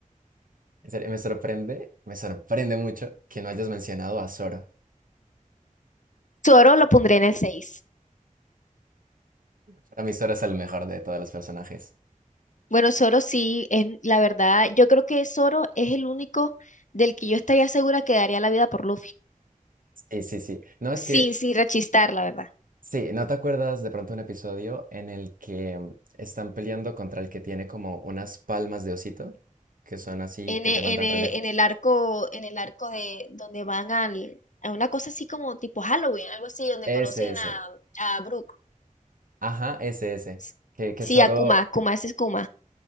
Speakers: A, on the right; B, on the left.
A: En serio, me sorprende, me sorprende mucho que no hayas mencionado a Zoro.
B: Zoro lo pondré en el seis.
A: Para mí Zoro es el mejor de todos los personajes.
B: Bueno, Zoro sí, es, la verdad, yo creo que Zoro es el único del que yo estaría segura que daría la vida por Luffy.
A: Sí, sí, sí. No, es
B: Sin,
A: que,
B: sin rechistar, la verdad.
A: sí, ¿no te acuerdas de pronto un episodio en el que mm, están peleando contra el que tiene como unas palmas de osito, que son así,
B: en,
A: que
B: e-
A: te mandan
B: en e-
A: re lejos?
B: en el arco, en el arco de donde van al, a una cosa así como tipo Halloween, algo así, donde
A: Ese,
B: conocen
A: ese.
B: a, a Brooke.
A: Ajá, ese, ese.
B: S-
A: Que, que
B: Sí,
A: Zoro,
B: a Kuma, Kuma, ese es Kuma.